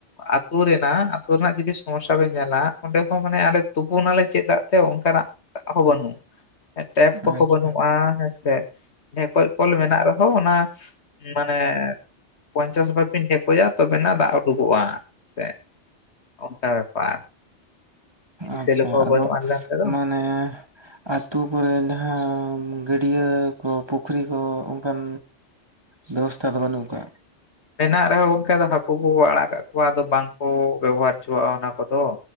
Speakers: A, on the left; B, on the right.
A: ᱟᱹᱛᱩ ᱨᱮᱱᱟᱜ, ᱟᱹᱛᱩ ᱨᱮᱱᱟᱜ ᱡᱩᱫᱤ, ᱥᱚᱢᱚᱥᱟ ᱵᱮᱱ ᱧᱮᱞᱟ, ᱚᱸᱰᱮ ᱦᱚᱸ, ᱢᱟᱱᱮ, ᱟᱞᱮ ᱛᱩᱯᱩᱱᱟᱞᱮ ᱪᱮᱫ ᱫᱟᱜ ᱛᱮ, ᱚᱱᱠᱟᱱᱟᱜ ᱟᱯᱟᱼᱚ ᱵᱟᱱᱩᱜ ᱴᱮᱯ ᱠᱚᱦᱚᱸ
B: ᱟᱪᱪᱷᱟ
A: ᱵᱟᱹᱱᱩᱜ-ᱟ ᱦᱮᱸᱥᱮ, ᱰᱷᱮᱠᱚᱡ ᱠᱚᱞ ᱢᱮᱱᱟᱜ ᱨᱮᱦᱚᱸ ᱚᱱᱟ ᱢᱟᱱᱮ ᱯᱚᱧᱪᱟᱥ ᱵᱷᱟᱯᱮᱧ ᱴᱷᱮᱠᱚᱡᱭᱟ ᱛᱚᱵᱮᱱᱟᱜ ᱫᱟᱜ ᱩᱰᱩᱠᱚᱜ-ᱟ ᱥᱮ ᱚᱱᱠᱟ ᱵᱮᱯᱟᱨ ᱢᱤᱱᱤ
B: ᱟᱪᱪᱷᱟ
A: ᱥᱮᱞᱚ ᱠᱚᱦᱚᱸ
B: ᱟᱫᱚ
A: ᱵᱟᱹᱱᱩᱜᱼᱟ ᱟᱞᱮ ᱚᱱᱛᱮ ᱫᱚ
B: ᱢᱟᱱᱮᱼᱼ ᱟᱛᱩ ᱠᱚᱨᱮ ᱡᱟᱦᱟᱸ ᱜᱟᱹᱰᱭᱟᱹ ᱠᱚ ᱯᱩᱠᱷᱨᱤ ᱠᱚ ᱚᱱᱠᱟᱱ ᱵᱮᱵᱚᱥᱛᱷᱟ ᱫᱚ ᱵᱟᱹᱱᱩᱜᱠᱟ᱾
A: ᱢᱮᱱᱟᱜ ᱨᱮᱦᱚᱸ ᱚᱱᱠᱟ ᱫᱚ ᱦᱟᱹᱠᱩ ᱠᱚ ᱟᱲᱟᱜ ᱠᱟᱜ ᱠᱚᱣᱟ ᱟᱫᱚ ᱵᱟᱝ ᱠᱚ ᱵᱮᱵᱚᱦᱟᱨ ᱦᱚᱪᱚᱣᱟᱜᱼᱟ ᱚᱱᱟ ᱠᱚᱫᱚ